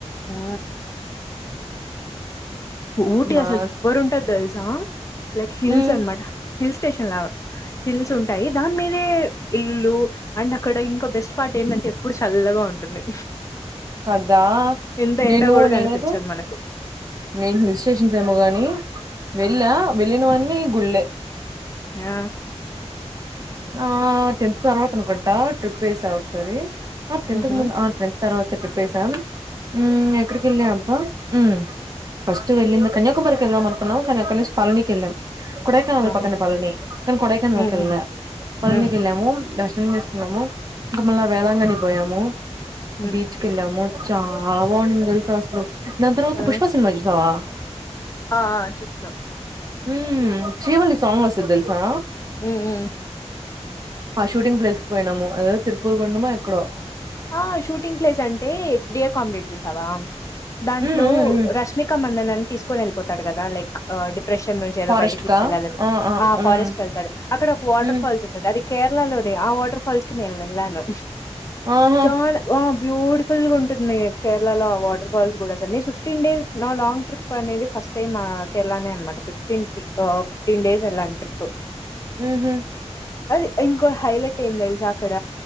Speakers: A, on the left; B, on the right.
A: ఉ ఊటీ
B: మా
A: అసలు సూప్పుర్ ఉంటాది దిల్సా లైక్ హిల్స్
B: ఉమ్
A: అన్మాట హిల్ స్టేషన్ లాగా హిల్స్ ఉంటాయి దాన్మీదే ఇల్లులు అంటే అక్కడ ఇంకా బెస్ట్ పార్ట్ ఏంటంటే ఎప్పుడు చల్లగా ఉంటుంది
B: కదా
A: ఇంత ఎండ
B: నేను
A: కూడా
B: నేనైతే
A: కనిపించదు మనకు
B: నేను హిల్ స్టేషన్స్ ఏమో కాగాని వెళ్ళా వెళ్ళినవి అన్ని గుళ్ళె
A: ఆ
B: ఆ టెన్త్ తర్వాత అనుకుంటా ట్రిప్ వేసా ఒకసారి ఆ టెన్త్
A: ఉహు
B: ముందు టెన్ తర్వాత ట్రిప్ వేసాం ఆ ఎక్కడికి వెళ్ళా అబ్బా ఉమ్ ఫస్ట్ వెళ్ళింది కన్యాకుమారికి వెళ్దాం అనుకున్నాం కానీ అక్కడినుంచి పళనికి వెళ్ళాం కొడైకెనాల్
A: ఆహా
B: పక్కనే పళని కానీ కొడైకెనాల్
A: ఉ
B: వెళ్ళళ్ళే
A: ఉ
B: పళనీకి
A: ఉ
B: వెళ్ళము దర్శనం ము ఇంకా మళ్ళ వేలాంగణి కి పోయాము
A: ఉ
B: బీచ్ కి వెళ్ళాము చాలా బాగున్నది తెలుసా అసలు దాని తర్వాత
A: ఆ
B: పుష్ప సినిమా చూశావా
A: ఆ ఆ చూసిన
B: హ శ్రీవల్లి సాంగ్ వస్తది తెలుసా
A: ఉ ఉ
B: ఆ షూటింగ్ ప్లేస్ కి పోయినాము అదేదో తిరుపూర్ గుండమా ఎక్కడో
A: ఆ షూటింగ్ ప్లేస్ అంటే డియర్ కామ్రేడ్ చూసావా దాంట్లో
B: మ్మ్ మ్మ్ మ్మ్
A: రష్మిక మందనాన్ని తీసుకొని వెళ్ళిపోతాడు కదా లైక్ ఆ డిప్రెషన్ నుంచి ఏదో
B: ఫారెస్ట్
A: బయటకి తీసుకెళ్లాలని
B: కా
A: ఆ ఫారెస్ట్
B: మ్మ్
A: వెళ్తాడు అక్కడ ఒక వాటర్
B: మ్మ్
A: ఫాల్స్ ఉంటది అది కేరళ లోనే ఆ వాటర్ ఫాల్స్ కి నేను వెళ్ళాను
B: ఆహా
A: చానా ఆ బ్యూటిఫుల్ గా ఉంటుంది కేరళలో ఆ వాటర్ ఫాల్స్ కూడా అసలు ఫిఫ్టీన్ డేస్ నా లాంగ్ ట్రిప్ అనేది ఫస్ట్ టైమ్ ఆ కేరళనే అనమాట ఫిఫ్టీన్ ట్రిప్ ఫిఫ్టీన్ డేస్ వెళ్లాను ట్రిప్
B: ఉహు
A: అదే ఇంకో హైలైట్ ఏంది తెలుసా అక్కడ